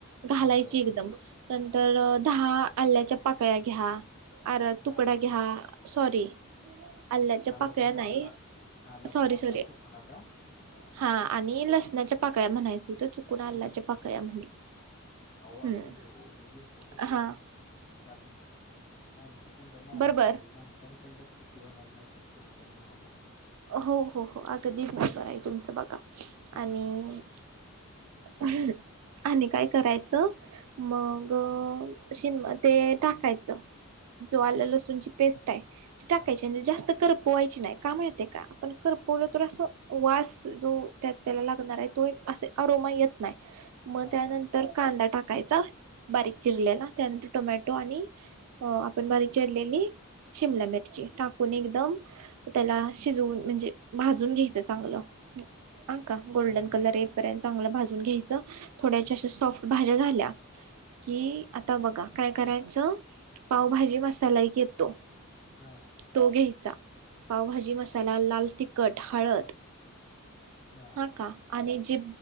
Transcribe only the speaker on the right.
घालायची
एकदम, नंतर दहा आल्याच्या पाकळ्या घ्या. अर
तुकडा घ्या, सॉरी आल्याच्या
पाकळ्या
नाही
सॉरी
सॉरी
हा आणि लसणाच्या पाकळ्या म्हणायच होत चुकून आलाच्या पाकळ्या म्हणली.
हम्म
हा
बरोबर
हो हो हो अगदी बरोबर आहे, तुमचं बघा
आणि हम्. आणि काय करायचं मग शिमला ते टाकायचं. जो आल्ल लसूणची पेस्ट आहे, ती टाकायची,
आणि जास्त करपवायची नाही, का माहित का? पण करपवलो तर अस वास, जो त्याला लागणार आहे तो असे अरोमा येत नाही मग
त्यान
तर कांदा टाकायचा, बारीक चिरलेला, त्यानंतर टोमॅटो, आणि हो, आपण बारीक चिरलेली शिमला मिरची टाकून एकदम त्याला शिजवून म्हणजे भाजून घ्यायचं चांगलं, हं का गोल्डन
कलर चांगल भाजून घ्यायच, थोड्याशा अशा सॉफ्ट भाज्या झाल्या कि, आता बघा काय करायचं, पावभाजी मसाला एक येतो
तो घ्यायचा, पावभाजी मसाला, लाल तिखट, हळद
हा का, आणि जे